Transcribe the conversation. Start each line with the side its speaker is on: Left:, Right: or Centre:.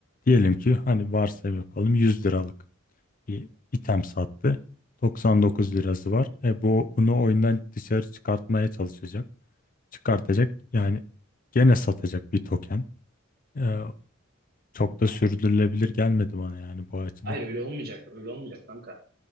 Left: diyelim ki hani varsayım yapalım 100 liralık bir item sattı. 99 lirası var. E bu bunu oyundan dışarı çıkartmaya çalışacak. Çıkartacak yani gene satacak bir token. Ee, çok da sürdürülebilir gelmedi bana yani bu açıdan.
Right: Hayır öyle olmayacak, öyle olmayacak kanka.